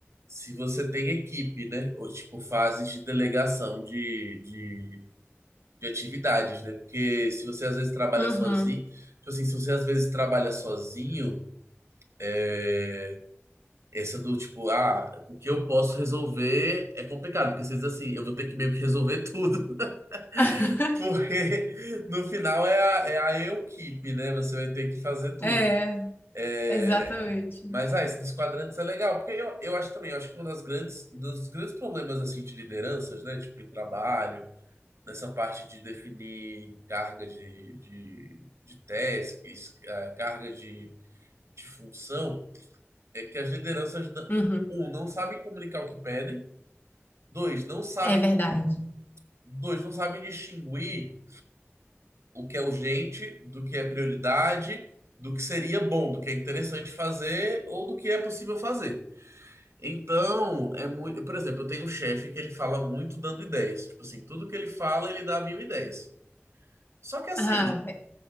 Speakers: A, on the right; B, on the left.
A: se você tem equipe, né? Ou tipo fases de delegação de, de, de atividades, né? Porque se você às vezes trabalha
B: Uhum.
A: sozinho, tipo assim, se você às vezes trabalha sozinho, é, essa do tipo, ah, o que eu posso resolver é complicado, porque você diz assim, eu vou ter que meio que resolver tudo,
B: <laughs>
A: <laughs> porque no final é a, é a equipe, né? Você vai ter que fazer tudo.
B: É,
A: É,
B: exatamente.
A: Mas, ah, isso dos quadrantes é legal, porque eu, eu acho também, eu acho que um das grandes, um dos grandes problemas, assim, de lideranças, né, tipo, em trabalho, nessa parte de definir carga de, de, de tasks, ah, carga de, de função, é que as lideranças, não-
B: Uhum.
A: um, não sabem comunicar o que pedem, dois, não sabem,
B: É
A: com-
B: verdade.
A: dois, não sabem distinguir o que é urgente do que é prioridade, do que seria bom, do que é interessante fazer ou do que é possível fazer. Então, é muito. Por exemplo, eu tenho um chefe que ele fala muito dando ideias. Tipo assim, tudo que ele fala, ele dá mil ideias. Só que assim,
B: Ah, é,